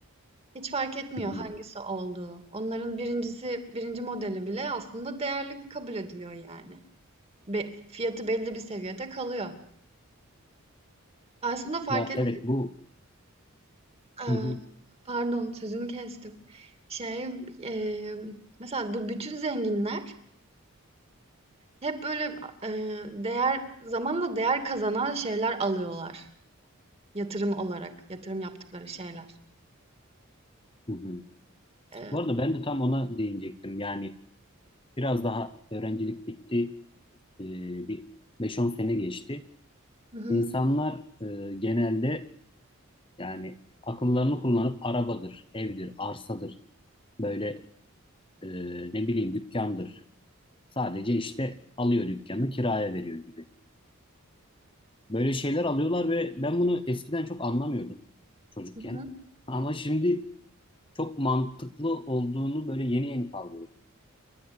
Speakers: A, on the right; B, on the left.
A: Hiç fark etmiyor
B: Hı hı.
A: hangisi olduğu. Onların birincisi, birinci modeli bile aslında değerli kabul ediliyor yani. Be- fiyatı belli bir seviyede kalıyor. Aslında fark
B: Ya
A: et...
B: evet bu.
A: Eee,
B: Hı hı.
A: pardon sözünü kestim. Şey, eee, mesela bu bütün zenginler Hep böyle, a değer zamanla değer kazanan şeyler alıyorlar yatırım olarak, yatırım yaptıkları şeyler.
B: Hı hı.
A: Eee
B: Bu arada ben de tam ona değinecektim. Yani biraz daha öğrencilik bitti. Ee, bir beş on sene geçti.
A: Hı hı.
B: İnsanlar e, genelde yani akıllarını kullanıp arabadır, evdir, arsadır, böyle e, ne bileyim dükkandır. Sadece işte alıyor dükkanı kiraya veriyor gibi. Böyle şeyler alıyorlar ve ben bunu eskiden çok anlamıyordum çocukken.
A: Hı hı.
B: Ama şimdi çok mantıklı olduğunu böyle yeni yeni kavruyorum.